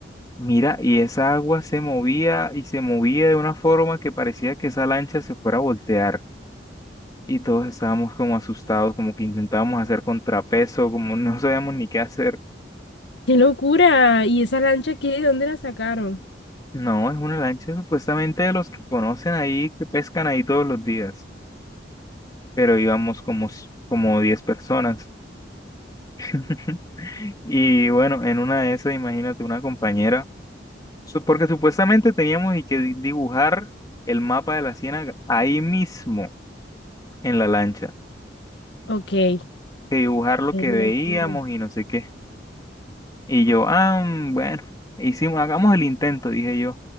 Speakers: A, on the left; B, on the left.
A: Mira, y esa agua se movía y se movía de una forma que parecía que esa lancha se fuera a voltear. Y todos estábamos como asustados, como que intentábamos hacer contrapeso, como <laughs> no sabíamos ni qué hacer.
B: ¡Qué locura! ¿Y esa lancha qué? ¿De dónde la sacaron?
A: No, es una lancha supuestamente de los que conocen ahí, que pescan ahí todos los días, pero íbamos como, s- como 10 personas. <laughs> Y bueno, en una de esas, imagínate una compañera, su- porque supuestamente teníamos y que di- dibujar el mapa de la ciénaga ahí mismo en la lancha,
B: Ok, qué
A: que dibujar lo que veíamos
B: locura.
A: y no sé qué. Y yo, ah, mm, bueno, hicimos, hagamos el intento, dije yo.